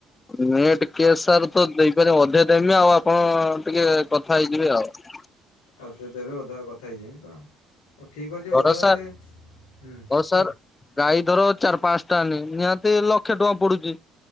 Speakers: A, on the left; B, on the left.
A: ନେଟ କେସ୍ ତ ଦେଇପାରିବେ ଅଧିକ ଦେମି ଆଉ ଆପଣ ଟିକେ ହେଇଯିବି ଆଉ
B: ଅତ ଦେବେ ଅଧା କଥା ହେଇଯାଇ ତଉ ଠିକ୍ ଅଛି
A: ଭରସା
B: ଅଧା ସେ ହୁଁ
A: ହଉ ସାର୍
B: କୁଣ
A: ଗାଈ ଧର ଚାରି ପାଞ୍ଚଟାନି ନିହାତି ଲକ୍ଷେ ଟଙ୍କା ପଡୁଛି।